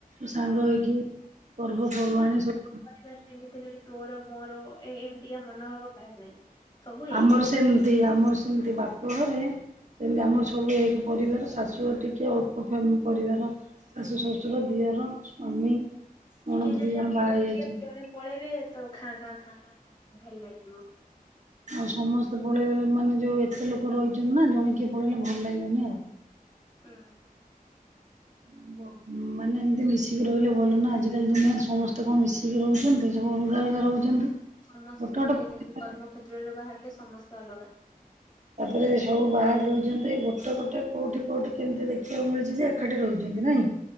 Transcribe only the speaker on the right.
ସାଙ୍ଗ
ହେଇକି ପର୍ବପର୍ବାଣି ସବୁ
ଆମର
ସେମିତି ଆମର ସେମିତି ବାପ ଘରେ ସେମିତି ଆମର ସବୁ ଏକ ପରିବାର ଶାଶୁ ଟିକେ ଅଳ୍ପ ଫେମି ପରିବାର। ଶାଶୁ ଶଶୁର ଦିଅର ସ୍ୱାମୀ। ନଣନ୍ଦ
ଦି ଜଣ
ବାହା ହେଇଯାଇଛନ୍ତି।
ଆଉ ସମସ୍ତେ ପଳେଇଲେ ମାନେ ଯୋଉ ଏତେ ଲୋକ ରହିଛନ୍ତି ନା ଜଣେ କିଏ ପଳେଇଲେ ଭଲ ଲାଗିବନି ଆଉ।
<unintelligible> ମାନେ ଏମିତି ମିଶିକି ରହିଲେ ଭଲ ନା ଆଜିକାଲି ଦୁନିଆରେ ସମସ୍ତେ କଣ ମିଶିକି ରହୁଛନ୍ତି ସବୁ ଅଲଗା ଅଲଗା ରହୁଛନ୍ତି।
ଗୋଟେ
ଗୋଟେ
ପରିବାର
ତାପରେ ସବୁ ବାହାରେ ରହୁଛନ୍ତି ଗୋଟେ ଗୋଟେ କୋଉଠି କୋଉଠି କେମିତି ଦେଖିବାକୁ ମିଳିଛି ଯେ ଏକାଠି ରହୁଛନ୍ତି ନାଇଁ।